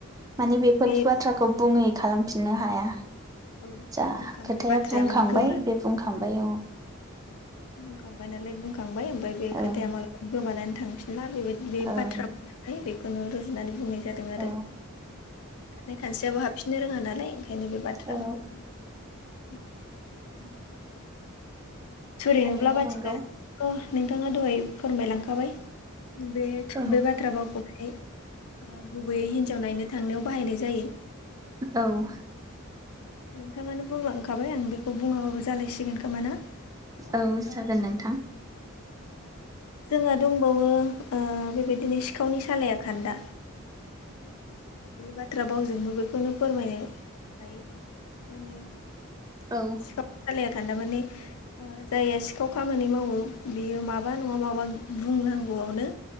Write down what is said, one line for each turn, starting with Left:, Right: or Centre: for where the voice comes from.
Left: बेबायदिनो
Right: माने बेफोर
Left: बे।
Right: बाथ्राखौ बुङै खालामफिननो हाया।
Left: औ
Right: जा
Left: बुंखांनाय
Right: खोथाया
Left: बाथ्राया
Right: बुंखांबाय
Left: माने गोमा
Right: बे बुंखांबाय औ।
Left: बुंखांबाय नालाय बुंखांबाय। ओमफ्राय बे
Right: औ
Left: खोथाया मालाबा गोमानानै थांफिन ब्ला बेबायदि बे
Right: औ
Left: बाथ्रा बुंनानै बेखौनो रुजुनानै बुंनाय जादों आरो।
Right: औ
Left: ओंखारनाय खानस्रियाबो हाबफिननो रोङा नालाय। ओंखायनो बे बाथ्रा
Right: औ
Left: भावजोंहाय बे माबानाय जादों फोरमायनाय जादों आरो। थुरि
Right: थारैनो
Left: नुब्ला बाथि
Right: नंगौ
Left: गारो बेखौथ' नोंथाङा दहाय फोरमायलांखाबाय। बे
Right: औ
Left: बे बाथ्रा भावखौहाय ओ गुबैयै हिन्जाव नायनो थांनायाव बाहायनाय जायो।
Right: औ।
Left: नोंथाङानो बुंलांखाबाय। आं बेखौ बुङाबाबो जालायसिगोन खोमा ना? ओमफ्राय
Right: औ जागोन नोंथां।
Left: जोंहा दंबावोओ बेबायदिनो सिखावनि सालायया खान्दा। बे बाथ्रा भावजोंबो बेखौनो फोरमायनो हायो। माने
Right: औ।
Left: सिखावनि सालाइया खान्दा माने जायहा सिखाव खामानि मावो। बेयो माबा नङा माबा बुंनांगौआवनो